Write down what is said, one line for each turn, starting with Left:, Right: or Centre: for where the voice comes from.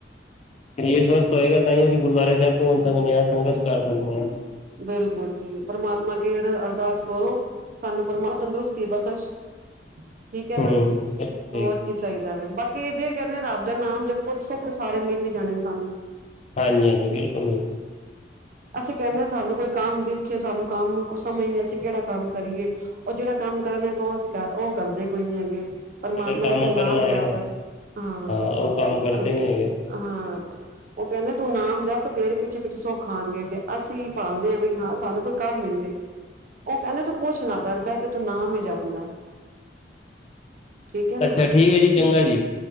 Left: ਸਰੀਰ ਸਵਸਥ ਹੋਏਗਾ, ਤਾਂ ਈ ਅਸੀਂ ਗੁਰਦੁਆਰੇ ਸਾਹਿਬ ਪਹੁੰਚ
Right: ਹਾਂਜੀ
Left: ਸਕਦੇ ਆ ਸੰਗਤ ਕਰ ਸਕਦੇ ਹਾਂ
Right: ਬਿਲਕੁਲ ਜੀ ਪਰਮਾਤਮਾ ਅਗੇ ਅਰਦਾਸ ਕਰੋ। ਸਾਨੂੰ ਪ੍ਰਮਾਤਮਾ ਤੰਦਰੁਸਤੀ ਬਕਸ਼। ਠੀਕ ਹੈ ਨਾ,
Left: ਹਮ ਬਿਲਕੁਲ ਸਹੀ
Right: ਹੋਰ
Left: ਗੱਲ
Right: ਕੀ ਚਾਈਦਾ ਵੇ ਬਾਕ ਕਿ ਜੇ ਕਹਿੰਨੇ ਆ ਰੱਬ ਦਾ ਨਾਮ ਜਪੋ, ਸੁੱਖ ਸਾਰੇ ਮਿਲ ਨੀ ਜਾਣੇ ਸਾਨੂੰ।
Left: ਹਾਂਜੀ-ਹਾਂਜੀ ਬਿਲਕੁਲ ਜੀ।
Right: ਅਸੀਂ ਕਹਿੰਨੇ ਆ ਸਾਨੂੰ ਕੋਈ ਕੰਮ ਦੇਖੇ ਸਾਨੂੰ ਕੰਮ ਸਮਝਦੇ, ਅਸੀਂ ਕਿਹੜਾ ਕੰਮ ਕਰੀਏ। ਉਹ ਜਿਹੜਾ ਕੰਮ ਕਰਨਾ ਤੇ ਉਹ ਅਸੀਂ ਕਰ ਉਹ ਕਰਦੇ ਕੋਈ ਨੀ ਹੈਗੇ, ਪਰਮਾਤਮਾ
Left: ਜਿਹੜੇ ਕੰਮ
Right: ਨੇ ਕਿਹਾ ਨਾਮ
Left: ਕਰਨ ਆਏ
Right: ਜਪ।
Left: ਹੋ
Right: ਹਾਂ,
Left: ਉਹ ਕੰਮ ਕਰਦੇ
Right: ਪਰ
Left: ਨੀ ਹੈਗੇ
Right: ਹਾਂ ਉਹ ਕਹਿੰਨੇ ਤੂੰ ਨਾਮ ਜ ਤੇਰੇ ਪਿੱਛੇ-ਪਿੱਛੇ ਸੁੱਖਾਣ ਗਏ, ਤੇ ਅਸੀਂ ਪਾਲਦੇ ਹਾਂ ਬਈ ਹਾਂ ਸਾਨੂੰ ਕੋਈ ਕੰਮ ਮਿਲਦੇ। ਉਹ ਕਹਿੰਦੇ ਤੂੰ ਕੁੱਛ ਨਾ ਕਰ ਬਹਿ ਕੇ ਤੂੰ ਨਾਮ ਜਾਪਦਾ। ਠੀਕ ਹੈ ਨਾ,
Left: ਅੱਛਾ ਠੀਕ ਹੈ ਜੀ ਚੰਗਾ ਜੀ